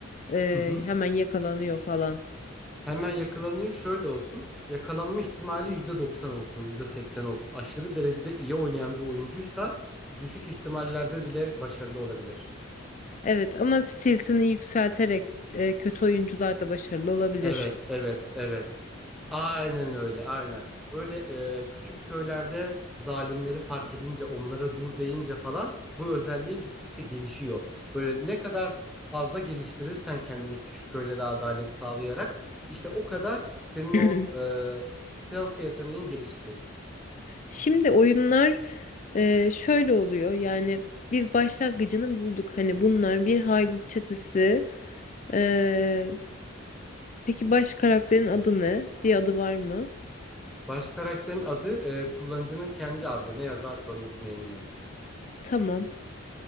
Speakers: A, on the left; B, in the centre.
A: e,
B: Hı hı.
A: hemen yakalanıyor falan.
B: Hemen yakalanıyor. Şöyle olsun. Yakalanma ihtimali %90 olsun, %80 olsun. Aşırı derecede iyi oynayan bir oyuncuysa düşük ihtimallerde bile başarılı olabilir.
A: Evet ama stiltini yükselterek e, kötü oyuncular da başarılı olabilir.
B: Evet, evet, evet. Aynen öyle, aynen. Böyle e, küçük köylerde zalimleri fark edince, onlara dur deyince falan bu özelliği gittikçe gelişiyor. Böyle ne kadar fazla geliştirirsen kendini küçük köylere adalet sağlayarak işte o kadar senin
A: <clears throat>
B: o e, stealth yeteneğin gelişecek.
A: Şimdi oyunlar e, şöyle oluyor yani biz başlangıcını bulduk. Hani bunlar bir haydut çetesi. e, Peki baş karakterin adı ne? Bir adı var mı?
B: Baş karakterin adı e, kullanıcının kendi adı. Ne yazarsa o nickname'ine.
A: Tamam.